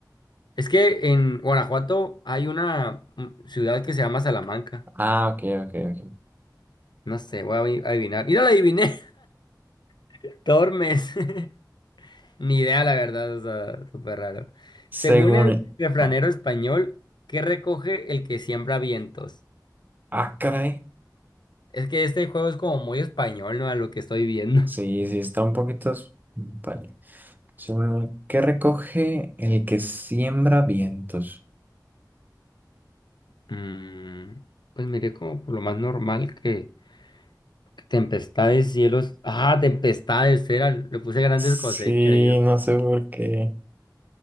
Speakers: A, on the left; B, on the right.
A: Es que en Guanajuato hay una mm, ciudad que se llama Salamanca.
B: Ah, ok, ok, ok.
A: No sé, voy a adiv- adivinar. ¡Y no la adiviné! <laughs> Tormes. <laughs> Ni idea, la verdad, o sea, súper raro.
B: Según...
A: Según el refranero
B: Ah,
A: español, ¿qué recoge el que siembra vientos?
B: ah, caray.
A: Es que este juego es como muy español, ¿no? A lo que estoy viendo.
B: Sí,
A: <laughs>
B: sí, está un poquito... s- Vale. Según- ¿Qué recoge el que siembra vientos?
A: Mm, pues miré como por lo más normal que, que tempestades, cielos. Ah, tempestades, era, le puse grandes
B: Sí,
A: cosechas yo.
B: no sé por qué.